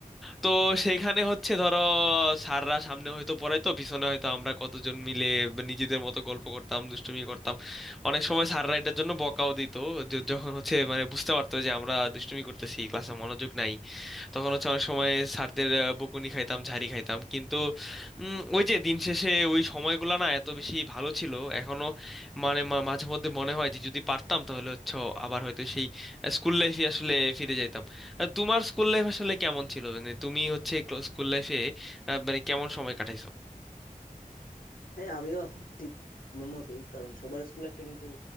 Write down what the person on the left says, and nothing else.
হ্যাঁ আমিও ঠিক তোমার মতোই কারণ সবার স্কুল লাইফটা কিন্তু